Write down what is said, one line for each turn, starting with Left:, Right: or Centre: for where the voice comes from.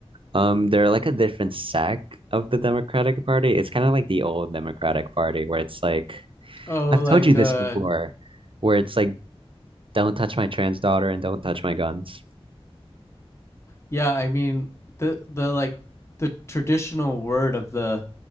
Right: Um, they're like a different sect of the Democratic Party. It's kind of like the old Democratic Party where it's like
Left: Oh,
Right: I've
Left: like
Right: told you this
Left: uh,
Right: before, where it's like don't touch my trans daughter and don't touch my guns.
Left: Yeah, I mean the the like the traditional word of the